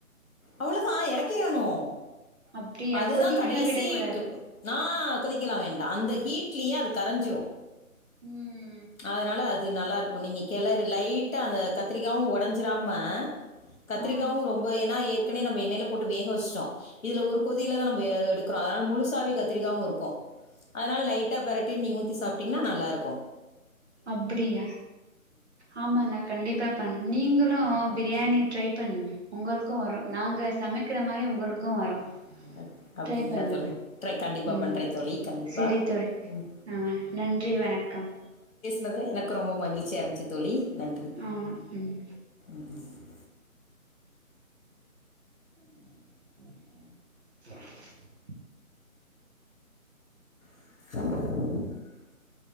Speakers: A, on the left; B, on the right.
A: அவ்வளதான் இறக்கிறணும்
B: அப்டியா
A: அதுதான்
B: கொதிக்கலா
A: கடைசிட்டுப்பு
B: விடக்கூடாது
A: நா கொதிக்கலா வேண்டா அந்த ஹீட் ட்லயே அது கரைஞ்சிடு
B: ம்
A: அதனால அது நல்லா இருக்கூ நீங்க கிளறு லைட்டா அந்த கத்திரிக்காவும் உடஞ்சுராம கத்திரிக்காவு
B: ஆ
A: ரொம்ப ஏன்னா ஏற்கனவே நம்ம எண்ணெயில போட்டு வேக வச்சுட்டோ இதுல ஒரு கொதியிலதா நம்ம எடுக்கிறோ அதனால முழுசாவே கத்திரிக்காவு இருக்கு அதனால லைட்டா பெரட்டி நீங்க ஊத்தி சாப்பிட்டீங்கன்னா நல்லா இருக்கு
B: அப்படியா ஆமா நா கண்டிப்பா பண்ண நீங்களும் பிரியாணி ட்ரை பண்ணுங்க உங்களுக்கும் வரும் நாங்க சமைக்கிற மாரி உங்களுக்கும் வரும்
A: கண்டிப்பா. அப்டிங்களா
B: டரை பண்ணுங்க
A: தோழி? ட்ரை கண்டிப்பா
B: உம்
A: பண்றேன் தோழி. கண்டிப்பா.
B: சரி தோழி
A: ம்,
B: ஆ நன்றி வணக்கம்
A: னதுல்ல எனக்கு ரொம்ப மகிழ்ச்சியா இருந்துச்சு தோழி நன்றி
B: ஆமா ம்
A: ம்
B: <inaudible> <inaudible>
A: <inaudible>